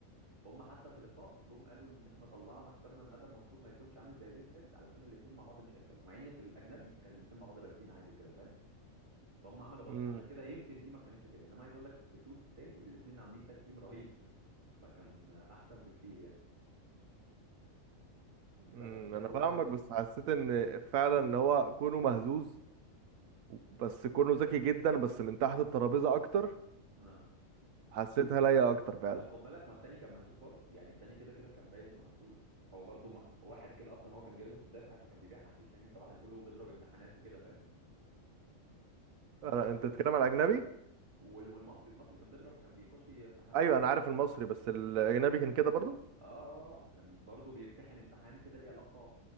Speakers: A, on the right (about 20°); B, on the right (about 80°).
A: فهم حتى في اللقاء جم قالوا إن إحنا طلعنا اخترنا إن آدم منصور ما يكونش عامل زي زين ثابت علشان الاتنين مع بعض مش هيركبوا مع إن في الأجنبي كان الاتنين مع بعض راكبين عادي وكده فاهم فهم عملوا غلطه
B: امم
A: فعشان كده يمكن دي ما كانتش كده انما عايز اقول لك في سوتس التاني الاتنين عاملين تاك تيم رهيب <laughs> فكان احسن بكتير يعني بس
B: امم،
A: عشان كده
B: انا
A: بقول
B: فاهمك
A: لك إن-
B: بس حسيت ان فعلا ان هو كونه مهزوز بس كونه ذكي جدا بس من تحت الترابيزه اكتر
A: اه
B: حسيتها ليا اكتر فعلا
A: طب خد بالك ما التاني كان مهزوز برضه يعني التاني كده كده كان باين انه مهزوز هو برضه ما... واحد كده اصلا هو كان جايب لك في بدايه حياته كان بيبيع حشيش يعني وصباح الفل وبيضرب امتحانات وكده فاهم ف...
B: أنا
A: ك...
B: انت
A: ف...
B: بتتكلم على اجنبي
A: وال- والمصري المصري كان بيضرب كان بيخش امتحانات
B: ايوه انا عارف المصري بس الاجنبي كان كده برضو
A: اه آه، آه، كان برضه بيمتحن امتحان كده ليه علاقه